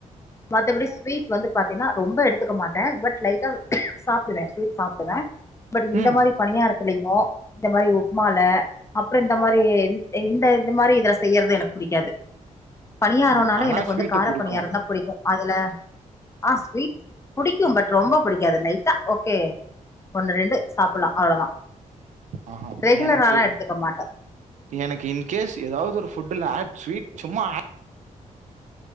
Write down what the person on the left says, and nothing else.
மத்தபடி ஸ்வீட் வந்து பாத்தீன்னா ரொம்ப எடுத்துக்க மாட்டே பட் லைட்டா சாப்டுவே ஸ்வீட் சாப்டுவே பட் இந்த
மாரி பணியார துலையு இந்த மாரி உப்மால அப்புற இந்த மாரி இந் இந்த இந்த மாரி இதுல செய்யறது எனக்கு புடிக்காது பணியாரோனாலே
எனக்கு
வந்து கார
பணியாரந்தா புடிக்கு அதுல ஆ ஸ்வீட் புடிக்கு பட் ரொம்ப புடிக்காது லைட்டா ஓகே ஒண்ணு ரெண்டு சாப்புலா அவ்ளதா
ரெகுலராலா
எடுத்துக்க மாட்டே